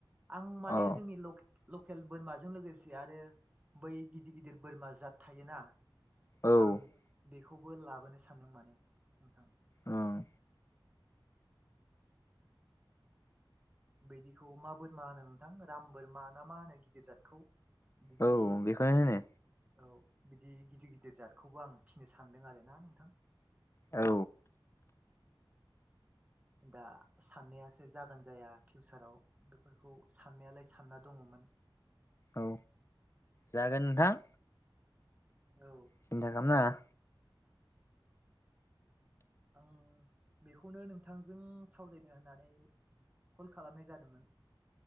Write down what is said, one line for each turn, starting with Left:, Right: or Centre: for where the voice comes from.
Right: आं माने
Left: अ
Right: जोंनि लके लकेल बोरमाजों लोगोसे आरो बै गिदिर गिदिर बोरमा जात थायोना
Left: औ
Right: आं बेखौबो लाबोनो सानदों माने नोंथां।
Left: ओं।
Right: बिदिखौ मा बोरमा होनो नोंथां राम बोरमा ना मा होनो गिदिर जादखौ? बिदि
Left: औ बेखौनो होनो
Right: गिदिर औ बिदि गिदिर गिदिर जातखौबो आं फिनो सानदों आरो ना नोंथां।
Left: औ।
Right: दा साननायासो जागोन जाया फिउसाराव बेफोरखौ साननायालाय सानना दङ'मोन। <unintelligible>
Left: औ जागोन नोंथां।
Right: औ
Left: सिन्था खालामनाङा।
Right: आं बेखौनो नोंथांजों सावरायनो होननानै कल खालामनाय जादोंमोन।